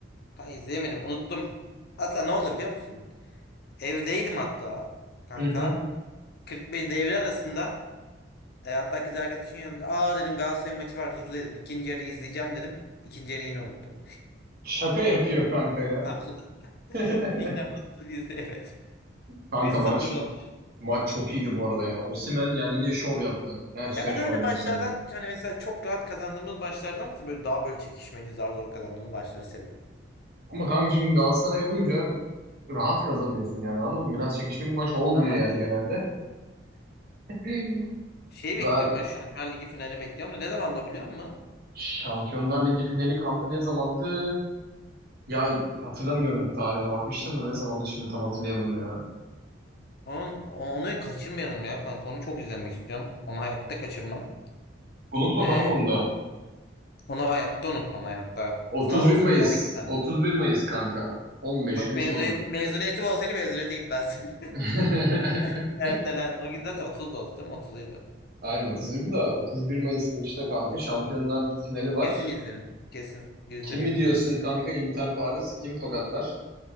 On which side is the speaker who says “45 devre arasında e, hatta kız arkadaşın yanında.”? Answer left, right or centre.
Left